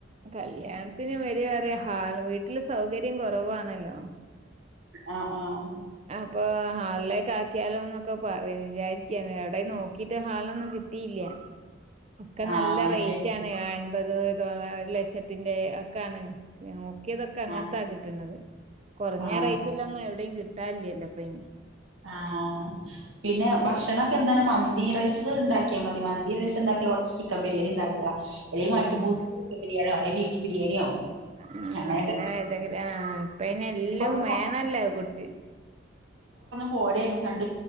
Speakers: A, on the right; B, on the right.
A: കല്യാണത്തിനന് വരിേറിയ ഹാ വീട്ടില് സൗകര്യം കുറവാണല്ലോ
B: ആഹ ആഹ
A: അപ്പൊ ഹാളിലേക്ക് ആക്കിയാലോ എന്നൊക്കെ പറ വിചാരിക്ക എവിടെ നോക്കിട്ട് ഹാളൊന്നും കിട്ടിയില്ലേ
B: <unintelligible>
A: ഒക്കെ
B: ആഹ്
A: നല്ല റേറ്റ
B: ശരി
A: ആണ് എൺപത് ലക്ഷത്തിന്റെ ഒക്ക ആാണ് നോക്കിയതൊക്കെ അങ്ങനത്തൊ
B: ആഹ്
A: കിട്ടത് കുറഞ്ഞ
B: ആഹ്
A: റേറ്റല്ലന്ന് എവിടെയും ക താല എല്ല പനി
B: ആഹ പിന്നെ ഭക്ഷണൊക്കെ എന്താണ് മന്തി റൈസ് ഉണ്ടാക്കിയാൽ മതി മന്തി റൈസ് ഉണ്ടാക്കിയ ചിക്കൻ ബിരിയാണി ഉണ്ടാക്കുക അല്ലേ
A: ആഹ്
B: മഞ്ു മൂസ ചിക്കൻ ബിരിയാണിയോ അെ ബഫ ബിരിയാണിയോ
A: ആ
B: അങ്ങനെയൊക്കെ
A: അങ്ങനെ ഏതെങ്കിലും ആ അനെ എല്ലാം
B: ഇപ്പൊ പിന്നെ
A: വേണല്ലോ കുട്ടി
B: പോുംണ്ട